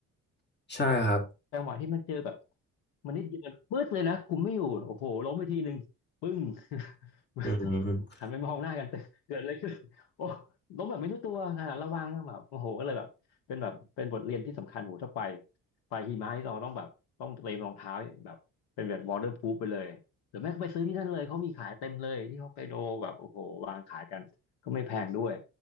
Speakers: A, on the left; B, on the left.
A: ใช่ครับ
B: จังหวะที่มันเจอแบบมันนิดเดียวมันปื๊ดเลยนะคุมไม่อยู่โอ้โหล้มไปทีหนึ่งปึ้ง <laughs>
A: อืม
B: หันไปมองหน้ากันเตเกิดอะไรขึ้นโอ้ล้มแบบไม่รู้ตัวขนาดระวังแบบโอ้โหก็เลยแบบเป็นแบบเป็นบทเรียนที่สำคัญโหถ้าไปไปหิมะนี่เราต้องแบบต้องเตรียมรองเท้าแบบเป็นแบบ waterproof ไปเลยหรือแม่ก็ไปซื้อที่นั่นเลยเขามีขายเต็มเลยที่ฮอกไกโดแบบโอ้โหวางขายกันก็ไม่แพงด้วย